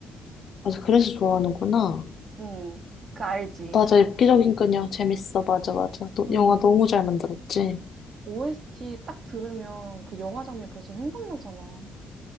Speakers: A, on the left; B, on the right.
A: 맞아 그래서 좋아하는구나
B: 응, 그 알지.
A: 맞아, 엽기적이니까요. 재밌어. 맞아, 맞아. 너,
B: 응,
A: 영화 너무 잘 만들었지?
B: OST 딱 들으면 그 영화 장면 벌써 생각나잖아.